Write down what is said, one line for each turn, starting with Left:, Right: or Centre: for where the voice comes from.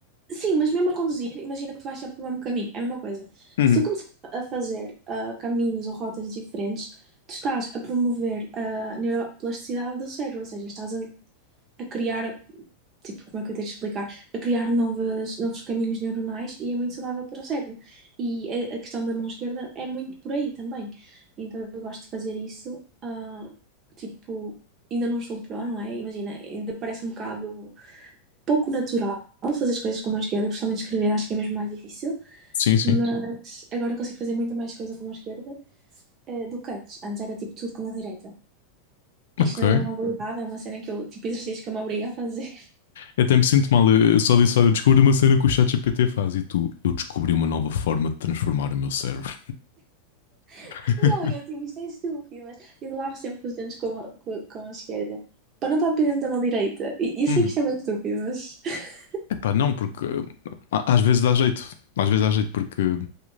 Right: Sim, mas mesmo a conduzir, imagina que tu vais sempre pelo mesmo caminho, é a mesma coisa.
Left: Uhum.
Right: Se tu começar a fazer ah, caminhos ou rotas diferentes, tu estás a promover a neuroplasticidade do cérebro, ou seja, estás a, a criar, tipo, como é que eu tenho de explicar? A criar novas, novos caminhos neuronais e é muito saudável para o cérebro. E a, a questão da mão esquerda é muito por aí também. Então eu gosto de fazer isso, ah, tipo, ainda não estou pró, não é? Imagina, ainda parece um bocado pouco natural fazer as coisas com a mão esquerda, principalmente escrever, acho que é mesmo mais difícil,
Left: Sim, sim.
Right: mas agora consigo fazer muito mais coisa com a mão esquerda eh, do que antes. Antes era tipo tudo com a mão direita. Isto
Left: Ok.
Right: não é bem uma habilidade, é uma cena que eu, tipo, exercício que eu me obrigo a fazer.
Left: Eu até me sinto mal. Eu eu só disse, olha, eu descobri uma cena que o ChatGPT faz e tu, eu descobri uma nova forma de transformar o meu cérebro. <laughs>
Right: <laughs> Não, eu tipo, isto é estúpido, mas eu lavo sempre os dentes com a, com, a- com a esquerda, para não estar dependendo da mão direita. E eu
Left: Uhum.
Right: sei que isto é muito estúpido, mas <laughs>
Left: Epá, não, porque uh, a- às vezes dá jeito. Às vezes dá jeito porque,